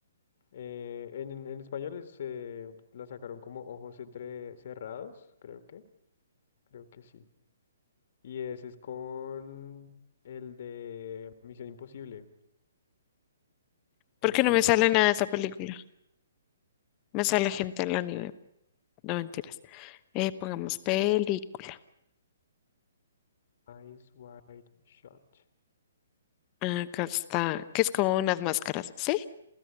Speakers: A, on the left; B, on the left.
A: Eh, en, en en español es, eh, la sacaron como ojos entre cerrados, creo que, creo que sí. Y ese es con el de Misión Imposible, con
B: Porque
A: el
B: no me sale nada de esa película. Me sale gente en la nieve. No mentiras. Eh, pongamos película.
A: Eyes Wide Shut.
B: Acá está, que es como unas máscaras, ¿sí?